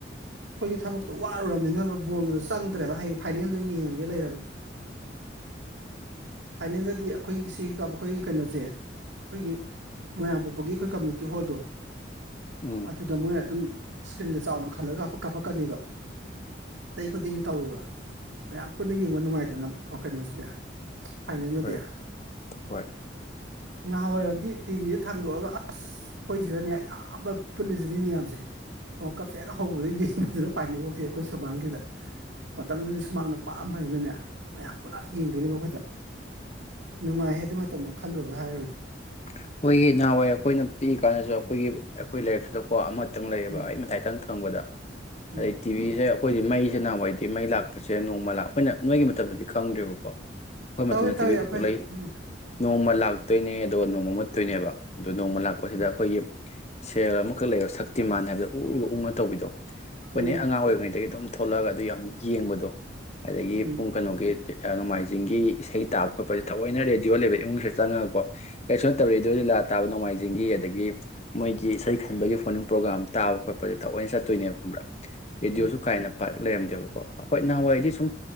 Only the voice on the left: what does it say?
ꯎꯝ
ꯍꯣꯏ ꯍꯣꯏ
ꯑꯩꯈꯣꯏꯒꯤ ꯅꯍꯥꯟꯋꯥꯏ ꯑꯩꯈꯣꯏꯅ ꯄꯤꯛꯏ ꯀꯥꯟꯗꯁꯨ ꯑꯩꯈꯣꯏꯒꯤ ꯑꯩꯈꯣꯏ ꯂꯩꯥꯏꯔꯤꯛꯁꯤꯗꯀꯣ ꯑꯃ ꯈꯤꯇꯪ ꯂꯩꯌꯦꯕ
ꯑꯩ ꯃꯇꯊꯥꯏ ꯈꯤꯇꯪ ꯊꯪꯕꯗ
ꯑꯗꯩ ꯇꯤꯚꯁꯦ ꯑꯩꯈꯣꯏꯗꯤ ꯃꯩ ꯁꯤꯆ ꯅꯍꯋꯥꯏꯗꯤ ꯃꯩ ꯂꯥꯛ ꯇꯁꯦ ꯅꯣꯡꯃꯂꯥ ꯑꯩꯈꯣꯏꯅ ꯅꯣꯏꯒꯤ ꯃꯇꯝꯗꯗꯤ ꯈꯪꯗ꯭ꯔꯦꯕꯀꯣ ꯑꯩꯈꯣꯏ
ꯃꯇꯝꯟꯅꯊꯤꯕꯤ
ꯈꯛꯛ ꯂꯩ
ꯅꯣꯡꯃ ꯂ ꯣꯏꯅꯦ ꯑꯗ ꯅꯣꯡꯃ ꯃꯨꯠꯇꯣꯏꯅꯦꯕ ꯑꯗꯨ ꯅꯣꯡꯃ ꯂꯥꯛꯄꯁꯤꯗ
ꯑꯩꯈꯣꯏꯒꯤ ꯁꯦꯦꯜ ꯑꯃꯈꯛ ꯂꯩꯕꯣ ꯁꯛꯇꯤꯃꯥꯟ ꯍꯥꯏꯕꯗꯣ ꯎꯔꯨꯒ ꯎꯉ ꯇꯧꯕꯤꯗꯣ
ꯍꯣꯏꯅꯦ ꯑꯉꯥꯡ ꯑꯣꯏꯔꯤꯉꯩꯗꯒꯤ ꯑꯗꯨꯝ ꯊꯣꯛꯂꯛꯑꯒ ꯑꯗꯨ ꯌꯥꯝ ꯌꯦꯡꯕꯗꯣ ꯑꯗꯒꯤ
ꯄꯨꯡ ꯀꯩꯅꯣꯒꯤ ꯅꯣꯡꯃꯥꯏꯖ ꯤꯡꯒꯤ ꯏꯁꯩ ꯇꯥꯞ ꯈꯣꯠꯁ ꯊꯑꯣꯏꯅ ꯔꯦꯗꯤꯑꯣ ꯂꯩꯕ ꯏꯃꯨꯡꯁꯤꯗ ꯆꯪꯉꯒꯀꯣ ꯀꯩꯁꯨꯨꯝ ꯇꯧꯦꯗꯣꯏ ꯂꯤꯂꯥ ꯇꯥꯕ ꯅꯣꯡꯃꯥꯏꯖꯤꯡꯒꯤ ꯑꯗꯒꯤ ꯃꯣꯏꯒꯤ ꯏꯁꯩ ꯈꯟꯕꯒꯤ ꯐꯣꯟꯅꯤꯡ ꯄ꯭ꯔꯣꯒꯥꯝ ꯇꯥꯕ ꯈꯣꯠꯄꯁꯦ ꯊꯑꯣꯏꯅ ꯆꯠꯇꯣꯏꯅꯦꯕ ꯈꯪꯕ꯭ꯔꯥ ꯔꯦꯗꯤꯑꯣꯁꯨ
ꯀꯥ ꯍꯟꯅ ꯄ ꯂꯩꯔꯝꯗꯦꯕꯀꯣ ꯑꯩꯈꯣꯏ ꯅꯍꯥꯟꯋꯥꯏꯗꯤ ꯁꯨꯝ